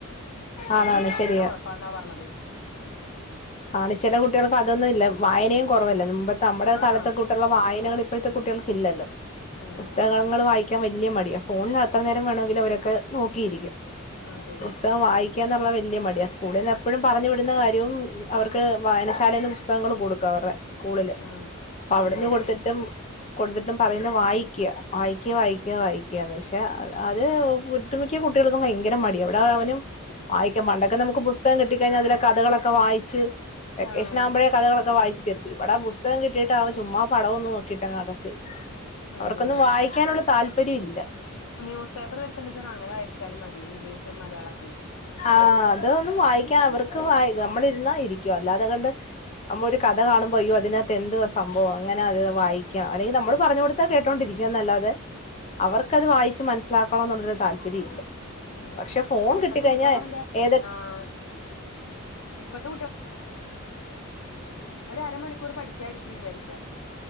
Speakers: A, on the left; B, on the left.
A: ആണാണ്
B: അത് കിട്ടാത്തന്റെ
A: ശരിയാ
B: കൊഴപ്പാന്നാ പറഞ്ഞത്
A: ആണ് ചില കുട്ടികൾക്ക് അതൊന്നും ഇല്ല വായനയും കുറവല്ല
B: ആഹ്
A: മുമ്പ് നമ്മുടെ
B: ആഹ്
A: കാലത്തെ വായനകൾ ഇപ്പോഴത്തെ കുട്ടികൾക്ക ഇല്ലല്ലോ
B: ആഹ്
A: പുസ്തകങ്ങൾ വായി യിക്കാൻ വല്ല്യ മടിയ ഫോണിൽ അത്ര നേരം വേണമെങ്ക അവരൊക്കെ നോക്കിയിരിക്ക
B: അതെ
A: പുസ്തകം വായി എന്നുള്ള വലിയ മടിയ സ്കൂളിൽ നിന്ന് എപ്പോഴും പറഞ്ഞു വിടുന്ന കാര്യവും അവർക്ക് വായനശാലന്ന് പുസ്തകങ്ങള് കൊടുക്കും അവരുടെ സ്കൂളില്
B: ആഹ്
A: അവിടുന്ന്
B: അതെ
A: കൊടുത്തിട്ടും കൊടുത്തിട്ടും പറയുന്നത് വായിക്കുക വായിക്കുക വായിക്ക വായിക്കുകന്ന് പക്ഷെ അത് ഒട്ടുമിക്കിയ കുട്ടികൾക്കും ഭയങ്കര മടി വിടെ അവനും വായിക്ക് പണ്ടൊക്കെ നമുക്ക് പുസ്തം കിട്ടികഴിഞ്ഞാ അതില കഥകളൊക്കെ വായി ച് വെക്കേഷൻ
B: ആഹ്
A: ആകുമ്പഴേ കഥകളൊക്കെ വായിച് ഇവിടെ പുസ്തകം കിട്ടിട്ട് ചുമ്മാ പടംവും നോക്കിട്ട്ങ് അടച്ച വെച്ച് അവർക്കൊന്ന്
B: അതെ
A: വായി ക്കാനുള്ള താല്പര്യം ഇല്ല
B: ന്യൂസ് പേപ്പർ വരുത്തണ്ട് ച അങ്ങനെ വായിച്ചാൽ മതി ഇംഗ്ലീഷും മലയാളൊക്കെ
A: ആഹ അതൊന്ന് വായിക്കാ അവർക്ക് വായി നമ്മളിരുന്നാ ഇരിക്കും അല്ലാതെ കണ്ട് നമ്മളൊ ഒരു കഥ കാണുമ്പോയ്യ അതിനകത്ത് എന്തുവാ സംഭവം അങ്ങനെ അത് വായിക്കാം അല്ലെങ്കിൽ നമ്മള് പറഞ്ഞ കൊടു കേട്ടോണ്ടിരിക്ക
B: ഉം
A: എന്നല്ലാതെ അവർക്കത് വായിച്ച് മനസ്സിലാക്കണ എന്നുള്ളരു താല്പര്യം ഇല്ല
B: ഉം
A: പക്ഷെ ഫോൺ
B: പിന്നെ
A: കിട്ട
B: ഇപ്പത്തെ
A: കിട്ടി കഴിഞ്ഞ
B: കുട്ടികളാണെങ്കി
A: ഏതൊ
B: ആഹ് ഇപ്പത്തെ ഒരര മണിക്കൂർ പഠിക്കാരിത്തി വിചാരിക്കാ